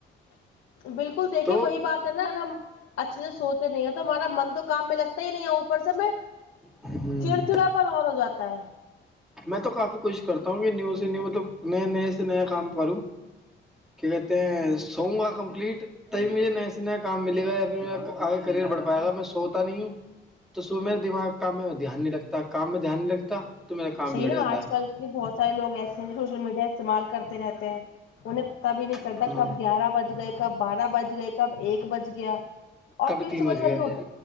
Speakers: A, on the left; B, in the centre.
A: بالکل دیکھیے
B: تو
A: وہی بات ہے نا اگر ہم اچھے سے سوتے نہیں ہیں تو ہمارا من تو کام میں لگتا ہی نہیں ہے اوپر سے میں
B: ہ
A: چڑچڑا پرن اور ہو جاتا ہے
B: میں تو کافی کوشش کرتا ہوں کہ نیو سے نیو مطلب نئے نئے سے نیا کام کروں کیا کہتے ہیں سوگا کمپلیٹ کہیں سے کہیں مجھے نئے سے نیا کام ملے گا یا پھر م آگے کریئر بھ پائے گا میں سوتا نہیں ہوں تو صبح میرے دماغ کام میں دھیان نہیں رکھتا کام میں دھیان نہیں رکھتا تو میرا کام
A: یہی
B: بگڑ
A: نا
B: جاتا
A: آج کل کے بہت سارے لوگ ایسے ہیں جو سوشل میڈیا استعمال کرتے رہتے ہیں انہیں پتا بھی نہیں چلتا
B: ہے
A: کب گیارہ بج گئے کب بارہ بج گئے کب ایک بج گیا اور
B: کبھی
A: پھر
B: تین
A: صبح
B: بج گئے
A: جلدی اٹھ